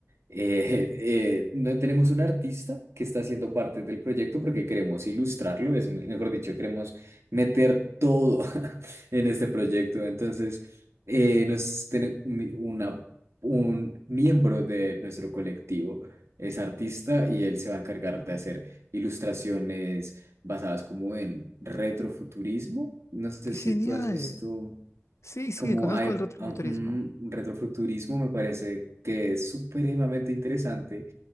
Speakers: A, on the right (about 75°); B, on the left (about 85°).
A: Eh, eh, no- tenemos un artista que está haciendo parte del proyecto porque queremos ilustrarlo, es me- mejor dicho, queremos meter todo <laughs> en este proyecto. Entonces, eh, nos tiene mi- una, un miembro de nuestro colectivo es artista y él se va a encargar de hacer ilustraciones basadas como en retrofuturismo. No sé
B: ¡Qué
A: si
B: genial!
A: tú has visto
B: Sí, sí,
A: como
B: conozco
A: hay
B: el retrofuturismo.
A: ujú, un retrofuturismo, me parece que es supremamente interesante.